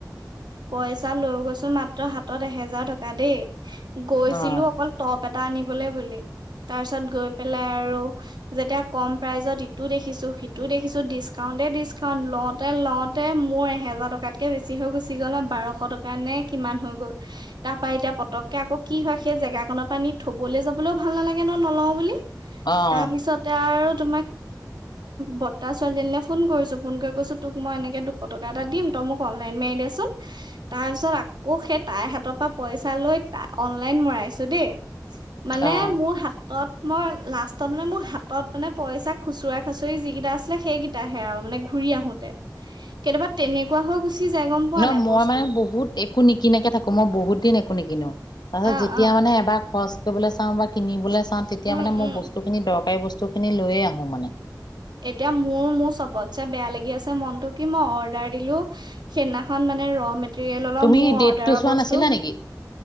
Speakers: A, on the right; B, on the left.
A: পইচা লৈ গৈছো মাত্ৰ হাতত এহেজাৰ টকা দেই গৈছিলো
B: অ',
A: অকল টপ <unintelligible> আনিবলে বুলি তাৰ পিছত গৈ পেলাই আৰু যেতিয়া কম প্ৰাইজত ইতো দেখি দেখিছো, সিটো দেখিছো ডিচকাউন্টে ডিচকাউন্ট লওঁতে লওঁতে মোৰ এহেজাৰ টকাতকে বেছি হৈ গুচি গ'ল ন বাৰশ টকা নে কিমান হৈ গ'ল, তাৰ পা এতিয়া পতককে আকো কি হয় সেই জেগাকনৰ পৰা নি থবলে যাবলেও ভাল নালাগে ন নলও বুলি।
B: অ',
A: তাৰপিছতে আৰু <unintelligible> <unintelligible> বৰ্তাটা ছোৱালীজনীলে ফোন কৰিছো, ফোন কৰি কৈছো তোক মই এনেকে দুশ টকা এটা দিম তই মোক অনলাইন মাৰি দেচোন। তাৰ পিছত আকৌ সেই তাইৰ হাতৰ পৰা পইচা লৈ টা - অনলাইন মৰাইছো দেই মানে
B: অ'।
A: মোৰ হাত তত মই লাষ্টত মানে মোৰ হাতত মানে পইচা খুচুৰা খাচৰি যিগিটা আছিলে সেইগিটাহে আৰু মানে ঘূৰি আহোতে, কেতিয়াবা তেনেকুৱা হৈ গুচি যায় গম পোৱা
B: ন
A: নাই
B: মই
A: বস্তু
B: মানে বহুত একো নিকিনাকে থাকো মই বহুত দিন একো নিকিনো। তাৰপিছত
A: অ
B: যেতিয়া
A: অ
B: মানে এবাৰ খৰচ কৰিবলৈ চাওঁ বা কিনিবলে চাওঁ তেতিয়া
A: উম
B: মানে মই
A: উম
B: বস্তু খিনি দৰকাৰী বস্তু বস্তু খিনি লৈয়ে আহো মানে ।
A: এতিয়া মোৰ - মোৰ চবতছে বেয়া লাগি আছে ছে মনতো কি মই অৰ্দাৰ দিলো, সেইদিনাখন মানে ৰ' মেত তেৰিয়েলৰ
B: তুমি
A: মোৰ
B: ডেটটো
A: অৰ্ডাৰৰ
B: চোৱা
A: বস্তু,
B: নাছিলা নেকি?